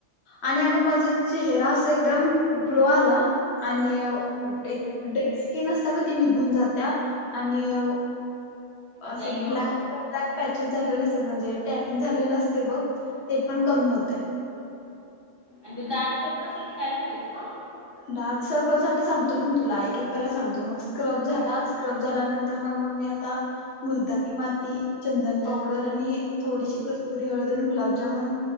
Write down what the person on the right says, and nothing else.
ब्लॅकेट्स
आणि ते डार्क सर्कलसाठी काय करायचं?